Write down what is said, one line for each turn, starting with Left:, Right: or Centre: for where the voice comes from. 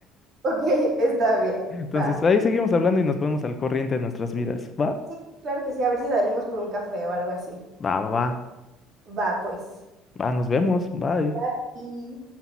Right: Ok, <laughs> está bien.
Left: Entonces,
Right: Va.
Left: ahí seguimos hablando y nos ponemos al corriente de nuestras vidas. ¿Va?
Right: Sí, claro que sí. A ver si salimos por un café o algo así.
Left: Va, va, va.
Right: Va, pues.
Left: Va, nos vemos. Bye.
Right: Bye.